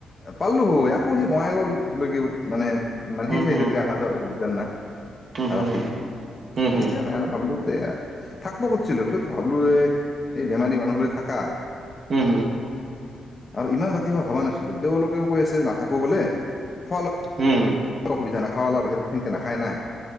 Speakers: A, on the left; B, on the right.
A: পাললো হয় আক অ' সি বঙাইগাওঁলৈকে মানে-মানে
B: হুম
A: সেই ঠাইলৈকে
B: হুম
A: অহা যোৱাটো দিগদাৰ না!
B: হুম
A: ৰাতি!
B: হুম হুম
A: সেইকাৰণে
B: হুম হুম
A: আৰু ভাবিলো দে আৰ। থাকব খুজছিলো, পিছত ভাবলোঁ এ এই বেমাৰী মানুহলৈ থাকা আৰু
B: হুম
A: ইমান ৰাতি হ ভবা নাছিলো তেওঁলোকেও কৈ আছে নাথাকো বোলে খ
B: হম-হুম
A: অসুবিধা নাখাওঁ অলপ। এনকে নাখায় না,